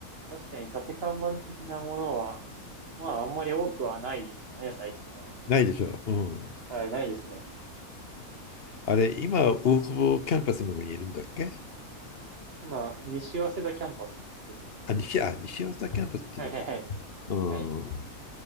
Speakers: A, on the right (about 45°); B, on the left (about 45°).
A: 確かに縦看板的なものは、まああんまり多くはないですかね、最近は。
B: ないでしょう。うん
A: はい、ないですね。
B: あれ、今、大久保キャンパスの方にいるんだっけ
A: 今、西早稲田キャンパスですね。
B: あ、西、あ、西大阪キャンパスっていうのか。
A: はい、はい、はい、
B: う
A: はい。
B: ん。